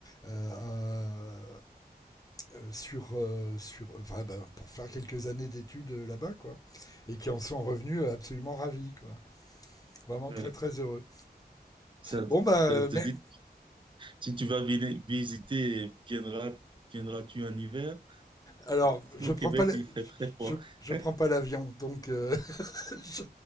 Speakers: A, on the left; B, on the right.
A: euh, euh, euh, sur, euh, sur, enfin, ben, pour faire quelques années d'études euh, là-bas, quoi. Et qui en sont revenus absolument ravis, quoi. Vraiment
B: Ouais.
A: très, très heureux.
B: Ça,
A: Bon, bah,
B: ça te
A: mer-
B: dit, si tu vas vi- visiter, viendras, viendras-tu en hiver?
A: Alors,
B: Parce
A: je
B: qu'au
A: prends
B: Québec,
A: pas la-
B: il fait très froid.
A: je,
B: <laughs>
A: je prends pas l'avion, donc euh, <laughs> je,